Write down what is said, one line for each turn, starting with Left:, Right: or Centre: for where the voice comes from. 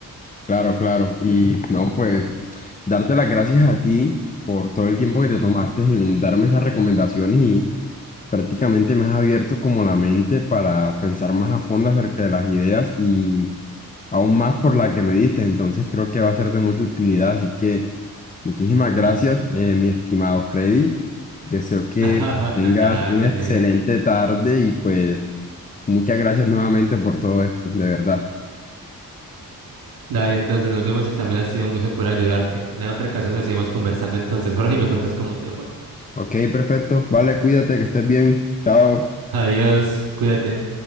Left: Claro, claro. Y no, pues darte las gracias a ti por todo el tiempo
Right: Mm,
Left: que te tomaste en darme esas recomendaciones y prácticamente me has abierto como la mente para pensar más a fondo acerca de las ideas y aún más por la que me diste, entonces creo que va a ser de mucha utilidad, así que muchísimas
Right: ujú.
Left: gracias, eh, mi estimado Freddy. Deseo que
Right: <laughs> Ajá,
Left: tengas
Right: Dale.
Left: una excelente tarde y pues muchas gracias nuevamente por todo esto, de verdad.
Right: Dale, entonces nos vemos y también ha sido un gusto por ayudarte. Ya en otra ocasión nos seguimos conversando entonces. Jorge, ¿me cuentas cómo te fue?
Left: Ok, perfecto. Vale, cuídate, que estés bien. Chao.
Right: Adiós, cuídate.